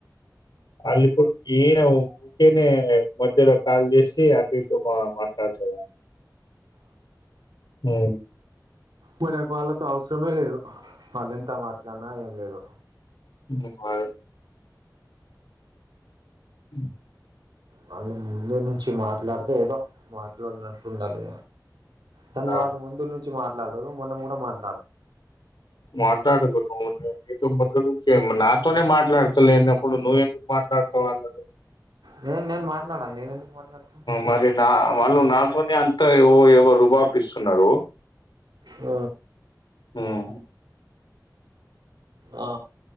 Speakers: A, on the left; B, on the right.
A: అలిపు ఈయన ఊకేనే మధ్యలో కాల్ చేసి అటు ఇటు మా మాట్లాడుతుని హ
B: మరికు వాళ్ళతో అవసరమే లేదు వాళ్ళ ఎంత మాట్లాడినా ఏం లేదు
A: బాగా అ
B: వాళ్ళు ముందు నుంచి మాట్లాడితే ఏదో మాట్లాడినట్లు ఉండాలి కానీ
A: ఆ
B: వాళ్ళు ముందు నుంచి మాట్లాడరు మొనం కూడా మాట్లాడ
A: మాట్లాడు <inaudible> నతో మొ ను నాతోనే మాట్లాడతలేనప్పుడు నువ్వు ఎందుకు మాట్లాడతావు వాళ్ళతో
B: నేను నేను మాట్లాడాను నేను మాట్లాడుతున్నా
A: మరి నా వాళ్ళు నాతోనే అంతా వ ఏవో రూబ ప ఇస్తున్నారు
B: ఆ
A: మ్మ్ హ్మ్
B: ఆ